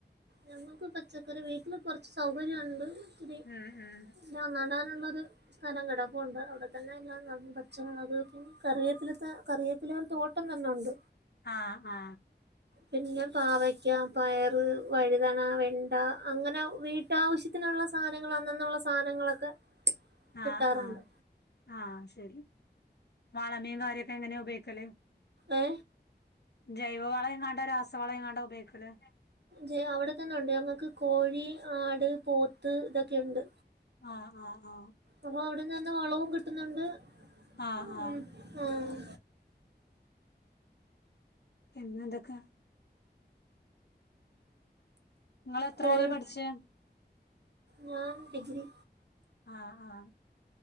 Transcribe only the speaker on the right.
ഞമ്മക്ക് പച്ചക്കറി വീട്ടില് കൊറച്ച് സൗകര്യുണ്ട് പിന്ന
നടാൻ <unintelligible> സ്ഥലം കിടപ്പോണ്ട് അവിടെത്തന്നെ എല്ലാം നടും പച്ചമുളക് കറിയേപ്പിലത്ത കറിയേ പില തോട്ടം തന്നെ ഉണ്ട്
പിന്നെ പാവക്ക പയറ് വഴുതണ വെണ്ട അങ്ങനെ വീട്ടാവശ്യത്തി നുള്ള സാധനങ്ങൾ അന്നന്നുള്ള സാധനങ്ങളൊക്കെ കിട്ടാറുണ്ട്
ഏ
ജെ അവിടെക്കെന്ന ഉണ്ട് ഞമ്മക്ക് കോഴി ആട് പോത്ത് ഇതൊക്കെയണ്ട്
അപ്പൊ അവിടന്ന് തന്നെ വളവും കിട്ടുന്നുണ്ട്
ഉം
ആഹ്
കോഴി
ഞാൻ ഡിഗ്രി